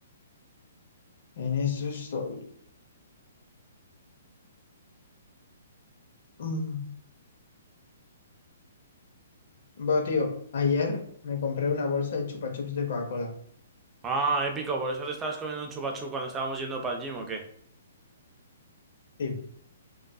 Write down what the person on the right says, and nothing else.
Ah, épico. Por eso te estabas comiendo un chupachú cuando estábamos yendo para el gym, ¿o qué?